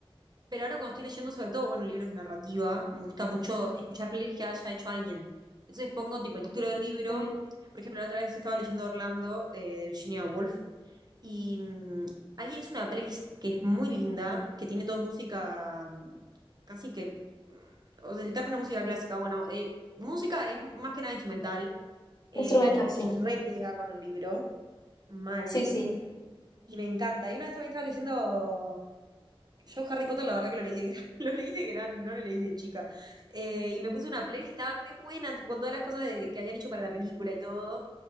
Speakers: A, on the right; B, on the left.
A: Pero ahora cuando estoy leyendo, sobre todo, bueno, libros de narrativa, me gusta mucho escuchar playlists que haya hecho alguien. Entonces pongo tipo el título del libro.
B: eh,
A: Por ejemplo, la otra vez estaba leyendo Orlando eh, de Virginia Woolf y mm, alguien hizo una playlist que es muy linda, que tiene toda música mm, casi que, mm, o sea, el término música clásica, bueno, eh, música es más que nada instrumental eh,
B: Instrumental, sí.
A: y re pega con el libro, mal,
B: Sí, sí.
A: y me encanta. Y una vez también estaba leyendo yo Harry Potter la verdad que lo leí de gran, <laughs> lo leí de gran, no lo leí de chica. Eh, y me puse una playlist y estaba re buena, tipo, con todas las cosas de- que habían hecho para la película y todo.